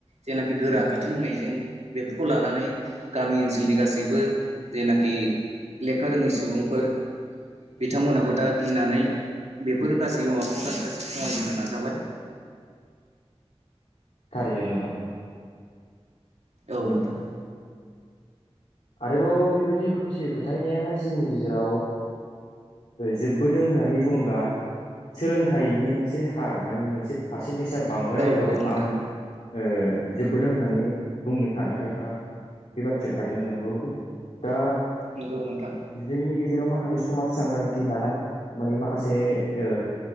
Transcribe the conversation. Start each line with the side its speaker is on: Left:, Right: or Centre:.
Right: जेनाखि गोरा बिथोन होनायजों बेफोरखौ लानानै गामि ओनसोलनि गासैबो जेनाखि लेखा रोङै सुबुंफोर बिथांमोनाबो दा गिनानै बेफोर गासै अमाखौ लासै लासै खमायहेननो नाजाबाय
Left: थारैनो नोंथां
Right: औ नोंथा <inaudible>
Left: आरोबाव बेबायदि खोमसि फोथायनायाहाय जोंनि गेजेराव जोबबोदों होननानै बुंङोब्ला सोलोंथाइनि मोनसे हार मानिे मोनसे पारसेन्टेजआ बांबोनाय
Right: औ
Left: उनाव
Right: औ नोंथां
Left: आं ओ जोबबोदों होननानै बुंनो सानो एबा बे बाथ्राया थारैनो नंगौबो दा
Right: नंगौ नोंथां
Left: जोंनि गेजेराव माखासे समाज सांग्रांथि लानाय मानि माखासे ओ